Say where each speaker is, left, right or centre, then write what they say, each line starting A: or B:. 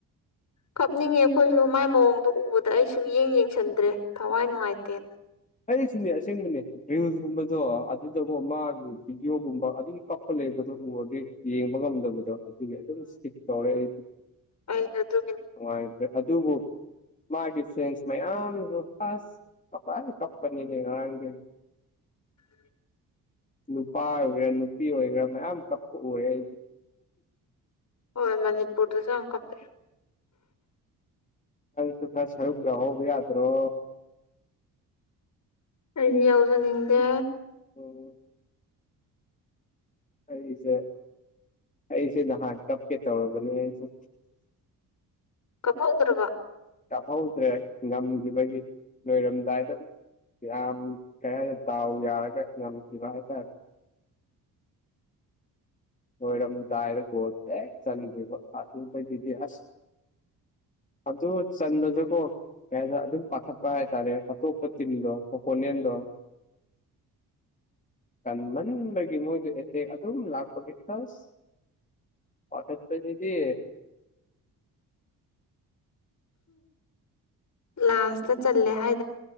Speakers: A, on the left (about 45°); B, on the left (about 20°).
A: ꯀꯞꯅꯤꯡꯉꯦ ꯑꯩꯈꯣꯏꯁꯨ ꯃꯥꯏ ꯃꯑꯣꯡꯗꯣ ꯎꯕꯗ ꯑꯩ ꯁꯨꯝ ꯌꯦꯡ ꯌꯦꯡꯁꯤꯟꯗ꯭ꯔꯦ ꯊꯋꯥꯏ ꯅꯨꯡꯉꯥꯏꯇꯦ
B: ꯍꯥꯏꯔꯤꯁꯨꯅꯦ ꯑꯁꯦꯡꯕꯅꯦ ꯔꯤꯜꯁꯀꯨꯝꯕꯗꯣ ꯑꯗꯨꯗꯕꯨ ꯃꯥꯒꯤ ꯚꯤꯗꯤꯑꯣꯣꯒꯨꯝꯕ ꯑꯗꯨꯒꯤ ꯀꯞꯄ ꯂꯩꯕ ꯑꯗꯨ ꯎꯔꯗꯤ ꯌꯦꯡꯕ ꯉꯝꯗꯕꯗꯣ ꯑꯗꯨꯒꯤ ꯑꯗꯨꯝ ꯏꯁꯀꯤꯛ ꯇꯧꯔꯦ ꯑꯩ
A: ꯑꯩꯗ ꯑꯗꯨ ꯃꯤ
B: ꯅꯨꯡꯉꯥꯏꯇ꯭ꯔꯦ ꯑꯗꯨꯕꯨ ꯃꯥꯒꯤ ꯐ꯭ꯔꯦꯟꯁ ꯃꯌꯥꯝꯗꯨꯣ ꯑ ꯀꯄꯥꯏ ꯀꯞꯄꯅꯤꯅꯦ ꯉꯔꯒꯦ
A: <unintelligible>
B: ꯅꯨꯄꯥ ꯑꯣꯏꯒꯦꯔꯥ ꯅꯨꯄꯤ ꯑꯣꯏꯒꯦꯔꯥ ꯃꯌꯥꯝ ꯀꯛꯄ ꯎ ꯑꯩꯗꯤ
A: ꯍꯣꯏ ꯃꯅꯤꯄꯨꯔꯗ ꯆ ꯀꯄꯦ
B: ꯁꯨ ꯊ ꯁꯔꯨꯒꯌꯥ ꯍꯕ ꯌꯥꯗ꯭ꯔꯣ
A: ꯑꯩꯗꯤ ꯌꯥꯎꯖꯅꯤꯡꯗꯦ
B: ꯑꯣ ꯑꯩꯁꯦ ꯑꯩꯁꯤꯦꯗ ꯍꯥ ꯀꯞꯀꯦ ꯇꯧꯣꯁꯨ
A: ꯀꯞꯍꯧꯗ꯭ꯔꯕ
B: ꯉꯪꯍꯧꯗ꯭ꯔꯦ ꯉꯝꯈꯤꯕꯒꯤ ꯂꯣꯏꯔꯝꯗꯥꯏꯗ ꯌꯥꯝ ꯀꯩ ꯍꯥꯏꯔꯦ ꯗꯥꯎ ꯌꯥꯔꯒ ꯉꯝꯈꯤꯕ ꯍꯥꯏꯇꯥꯔꯦ
A: <unintelligible>
B: ꯔꯝ ꯗꯗꯥꯏꯔꯦꯣꯗ ꯆ ꯑꯗꯨꯨꯡꯗꯤ ꯑꯁ ꯑꯗꯨꯗꯨ ꯆꯟꯗꯖꯕꯨꯣ ꯑꯗꯨꯝ ꯄꯥꯈꯠꯄ ꯍꯥꯏꯇꯥꯔꯦ ꯑꯇꯣꯞꯄ ꯇꯤꯝꯗꯣ ꯑꯣꯄꯣꯅꯦꯟꯗꯣ
A: <unintelligible>
B: ꯀꯟꯃꯟꯕꯒꯤ ꯃꯣꯏꯗꯨ ꯑꯦꯇꯦꯛ ꯑꯗꯨꯝ ꯂꯥꯛꯄꯒꯤ ꯍꯁ ꯍꯇꯠ ꯇꯁꯤꯗꯤ
A: ꯂꯥꯟꯁꯇ ꯆꯂ ꯍꯥꯏ